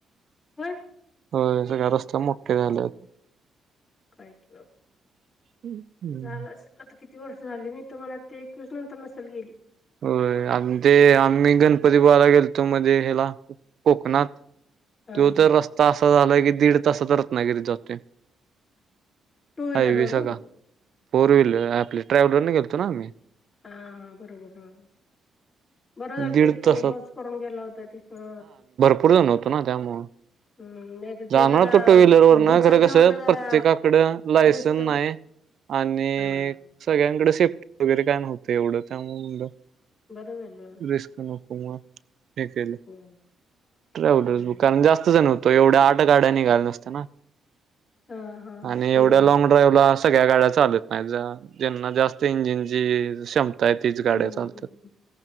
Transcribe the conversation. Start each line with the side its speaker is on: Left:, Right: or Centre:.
Left: होय,
Right: होय सगळ्या रस्ते मोठे झालेत.
Left: काय क
Right: हम्म.
Left: झालंच असल. आता किती वर्ष झाली मी तुम्हाला ते एकवीस नंतर नसेल गेली.
Right: होय आ ते आम्ही गणपती बाला गेलतो मध्ये ह्याला कोकणात.
Left: हा
Right: तो
Left: हा
Right: तर रस्ता असा झालाय की दीड तासात रत्नागिरीत जातोय.
Left: टू व्हीलर
Right: हायवे
Left: वरून
Right: स का फोर व्हीलर आपले ट्रॅव्हलरने गेलतो ना आम्ही.
Left: हा हा, बरोबर हा, बरं झालं
Right: दीड
Left: ते तुम्ही
Right: तासात
Left: बस करून गेला होता ते ह,
Right: पूर्ण झालं नव्हतो ना त्यामुळे.
Left: हम् नाही तर
Right: जाणार
Left: ते जरा
Right: होतं टू व्हीलर वर ना
Left: दुचाकीवरन
Right: खरं कसं
Left: जरा
Right: प्रत्येकाकडं लायसनस
Left: रिस्क वाट
Right: नाही. आणि.
Left: हा
Right: सगळ्यांकडे सेफ्टी वगैरे काय नव्हतं एवढं त्यामुळ
Left: बरं झालं
Right: रिस्क नको. अव्वा हे केलं
Left: ह
Right: ट्रॅव्हल.
Left: हा हा
Right: कसं जाणार होतं एवढ आट गड निघाल नसत
Left: हा हा
Right: आणि
Left: बरोबर
Right: एव लॉन्ग.
Left: आहे.
Right: ड्रायव्हिंग ला सळ्या गाड्या चालत नाही जां त्यांना जास्त इंजिन ची क्षमता. ताई तीच गाड्या
Left: हम्म
Right: चालतात
Left: हम्म